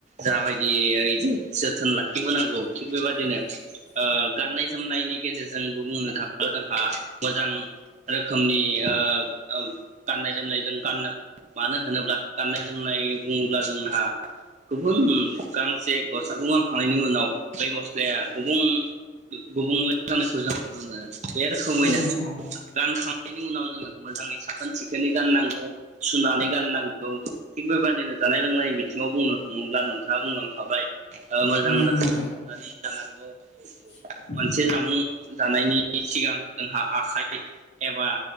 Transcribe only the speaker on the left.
औ नोंथां औ
उम
नोंथां
<inaudible>